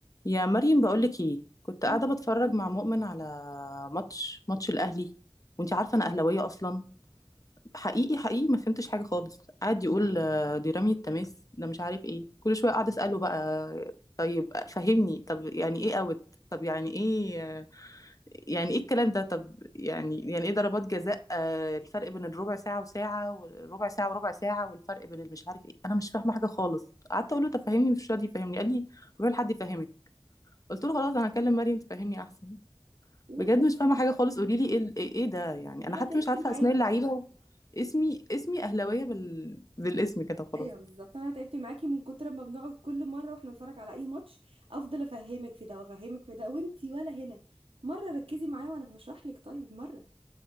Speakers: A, on the left (about 40°); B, on the right (about 75°).
A: يا مريم بقولك ايه كنت
B: مم.
A: قاعده بتفرج مع مؤمن على ماتش ماتش الاهلي وانتي عارفه انا اهلاويه اصلا حقيقي حقيقي ما فهمتش حاجه خالص قاعد يقول آه، دي رمية تماس ده مش عارف ايه كل شويه قاعد اساله بقى طيب فهمني طب يعني ايه اوت طب يعني ايه آه، يعني ايه الكلام ده طب يعني يعني ايه ضربات جزاء آه، الفرق بين الربع ساعه وساعه وربع ساعه وربع ساعه والفرق بين المش عارف ايه انا مش فاهمه حاجه خالص قعدت اقول له طب فهمني مش راضي يفهمني قال لي روح لحد يفهمك قلت له خلاص انا هكلم مريم تفهمني احسن
B: يا
A: بجد
B: بنتي
A: مش فاهمه حاجه خالص قولي لي ايه ال- ايه إيه ده يعني انا
B: انا
A: حتى
B: تعبت
A: مش عارفه
B: معاكي
A: اسماء اللعيبه اسمي اسمي اهلاويه بال... بالاسم كده خلاص
B: ايوه بالظبط انا تعبت معاكي من كتر ما بنقعد كل مره واحنا بنتفرج على اي ماتش افضل افهمك في ده وافهمك في ده وانتي ولا هنا مره ركزي معايا وانا بشرح لك طيب مره